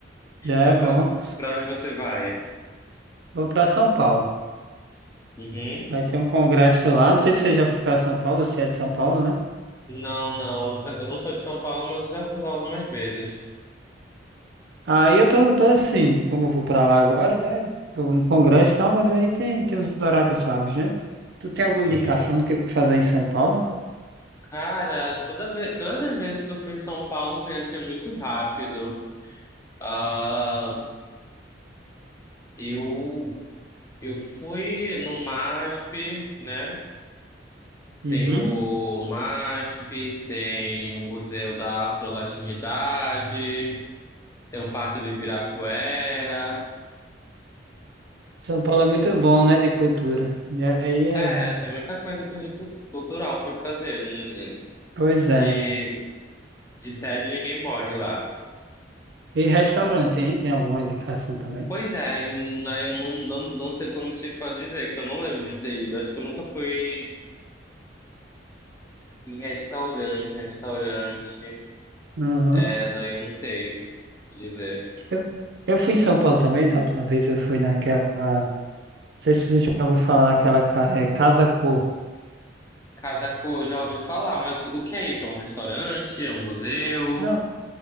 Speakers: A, on the right; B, on the left.
A: já é
B: É pra,
A: bom.
B: pra onde você vai?
A: Vou pra São Paulo.
B: Uhum.
A: Vai ter um congresso lá, não sei se você já foi pra São Paulo, se é de São Paulo, né?
B: Não, não, eu já- eu não sou de São Paulo, mas eu já fui lá algumas vezes.
A: Aí eu tô, tô assim, como eu vou pra lá agora, né? Vou no congresso e tal, mas aí tem, tem os horários vagos, né? Tu tem
B: Sim.
A: alguma indicação do que fazer em São Paulo?
B: Cara, toda vez, todas as vezes que eu fui em São Paulo foi assim muito rápido. Ah, eu Eu fui no MASP, né?
A: Uhum.
B: Tem o MASP, tem o Museu da Afro-Latinidade, tem o Parque do Ibirapuera.
A: São Paulo é muito bom, né, de cultura. E aí é...
B: É, tem muita coisa assim de cult- cultural para fazer. né?
A: Pois é.
B: De, de tédio ninguém morre lá.
A: E restaurante, hein? Tem alguma indicação também?
B: Pois é, e na- eu não, não, não sei como te fa- dizer, que eu não lembro de ter ido. Acho que eu nunca fui em restaurante, restaurante.
A: Uhum.
B: É, não, eu não sei dizer.
A: Eu, eu fui em São Paulo também, da última vez eu fui naquela. Não sei se você já ouviu falar naquela ca- é, Casa Cor.
B: Casa Cor, já ouvi falar, mas o que é isso? É um restaurante? É um museu?
A: Não,